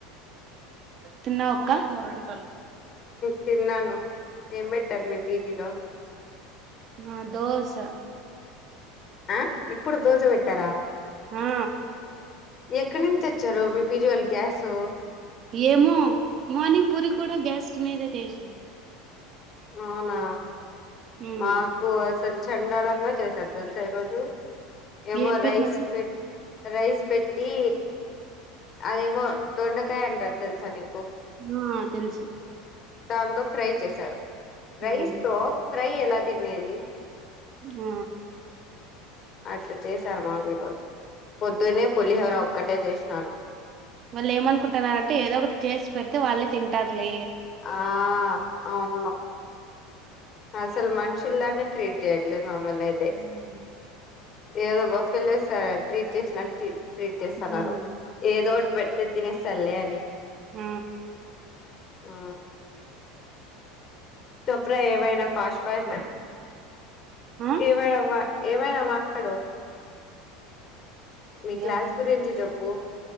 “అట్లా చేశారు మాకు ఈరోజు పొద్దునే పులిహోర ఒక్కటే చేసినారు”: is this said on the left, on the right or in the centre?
Left